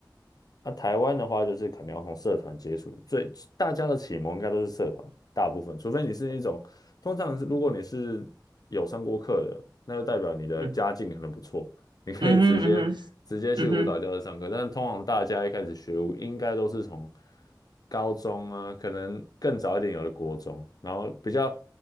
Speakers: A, on the left (about 55°); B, on the right (about 75°).
A: 那、台湾的话，就是可能要从社团接触，最大家的启蒙应该都是社团，大部分，除非你是那种，通常是如果你是有上过课的，那就代表你的家境可能不错，
B: 嗯
A: 你可以直接直接去舞蹈教室上课。
B: 嗯哼嗯哼嗯哼。
A: 但是通常大家一开始学舞，应该都是从高中啊，可能更早一点有的国中，然后比较